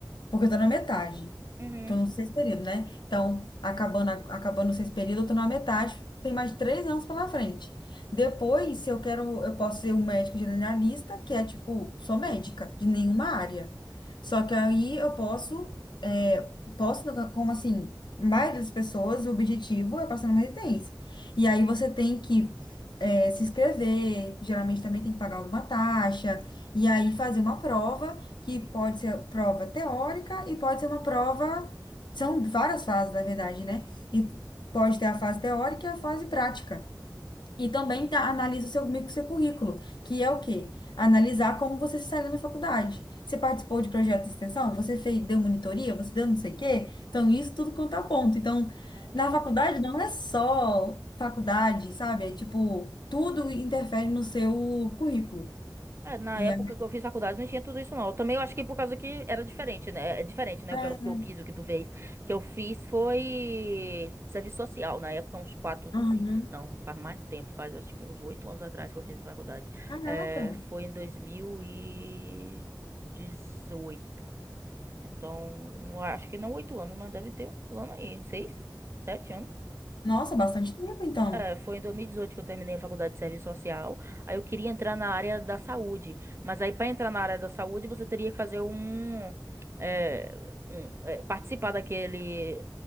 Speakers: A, on the left (about 80°); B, on the right (about 35°).
A: Porque eu tô na metade.
B: Uhum.
A: Tô no sexto período, né? Então, acabando, a- acabando o sexto período, eu tô na metade. Tem mais três anos pela frente. Depois, se eu quero, eu posso ser um médico generalista, que é tipo, sou médica de nenhuma área. Só que aí eu posso, é, posso, como assim, a maioria das pessoas, o objetivo é passar numa residência. E aí você tem que, é, se inscrever, geralmente também tem que pagar alguma taxa, e aí fazer uma prova que pode ser prova teórica e pode ser uma prova. São várias fases, na verdade, né? E pode ter a fase teórica e a fase prática. E também tá, analisa o seu, meio que o seu currículo, que é o quê? Analisar como você se saiu na faculdade. Você participou de projeto de extensão? Você fez, deu monitoria? Você deu não sei o quê? Então, isso tudo conta ponto. Então,
B: Nossa.
A: na faculdade não é só faculdade, sabe? É tipo, tudo interfere no seu currículo.
B: É, na
A: E
B: época
A: aí,
B: que eu fiz faculdade não tinha tudo isso não. Também eu acho que por causa que era diferente, né? É diferente, né?
A: é,
B: O que eu, o que eu fiz, o que tu fez. O que eu fiz foi serviço social. Na época, uns quatro,
A: uhum.
B: cinco... Não, faz mais tempo. Faz, eu acho que uns oito anos atrás que eu fiz faculdade.
A: Caraca!
B: É, foi em dois mil e dezoito Então, não, acho que não oito anos, mas deve ter uns anos aí. Seis, sete anos
A: Nossa, bastante tempo, então.
B: queria, foi em 2018 que eu terminei a faculdade de serviço social. Aí eu queria entrar na área da saúde, mas aí para entrar na área da saúde você teria que fazer um, é, um, é, participar daquele